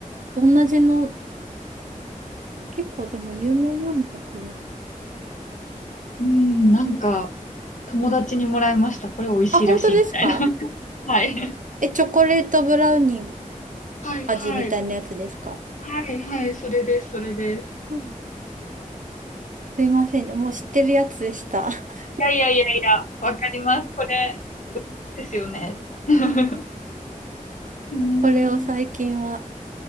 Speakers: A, on the right; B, on the left.
A: 同じの、結構でも有名なのか、これ。
B: うん、なんか、友達にもらいました。これ美味しいらしい、
A: あ、本当ですか
B: みたいな。<laughs> はい。
A: え、チョコレートブラウニー
B: はい、
A: 味みたいなやつですか
B: はい。はい、はい、それです、それです。
A: うんすいませんね、もう知ってるやつでした。<laughs>
B: いやいやいやいや、わかります。これですよね。<laughs> うーん。
A: これを最近は